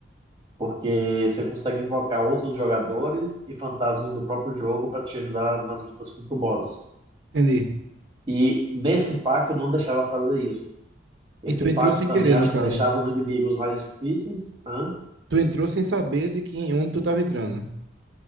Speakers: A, on the right (about 20°); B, on the right (about 70°).
A: porque você consegue invocar outros jogadores e fantasmas do próprio jogo para te ajudar nas lutas contra o boss.
B: entendi.
A: E nesse pacto não deixava fazer isso. Esse
B: E tu
A: pacto
B: entrou sem
A: também
B: querer,
A: acho
B: no caso.
A: que deixava os inimigos mais difíceis. Hã?
B: Tu entrou sem saber de quem, onde tu tava entrando.